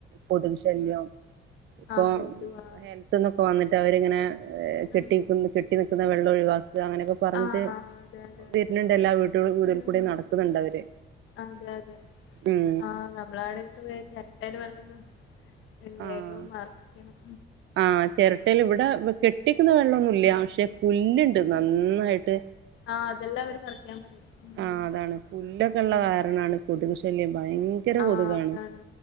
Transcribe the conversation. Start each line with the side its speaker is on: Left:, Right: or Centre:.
Right: കൊതുകൂ ശല്യം പ്പൊ
Left: ആഹ് കൊതുവാ
Right: ഹെൽത്ത്ന്നൊക്കെ വന്നി ട്ട വരിങ്ങനെ കെട്ടിക്ക്
Left: ആഹ്
Right: ന്ന കെട്ടി വെക്കുന്ന വെള്ളം ഒഴിവാ. ഇത് അങ്ങനെയൊക്കെ പറഞ്ഞിട്ട്
Left: ആഹ് അതെ അതെ അതെ
Right: വരുന്നുണ്ട് എല്ലാ വീട്ടുകളെ കൂടെ
Left: ഉം
Right: കൂടെ നടക്കുന്നുണ്ട് അവര്.
Left: അതെ അതെ
Right: ഉം
Left: ആഹ് നമ്മളവിടൊക്കെ ചിരട്ടയിലെ വെള്ളം.
Right: ആഹ്
Left: വേഗം മറിക്കണം.
Right: ആഹ് ചിരട്ടയിൽ ഇവിടെ കെട്ടിക്കുന്നു വെള്ളൊന്നുല്ല്യ പക്ഷെ. പുല്ലുണ്ട്
Left: ഉം
Right: നന്നായി ട്ട്
Left: ആഹ് അതെല്ലാം അവര് പറിക്കാൻ പറയും. ഉം
Right: ആഹ് അതാണ് പുല്ല് ഒക്കെയുള്ള
Left: ഉം
Right: കാരണയാണ്. കൊതുക് ശല്യം ഭയങ്കര
Left: ആഹ്
Right: കൊതുകാണ്
Left: അതാണ്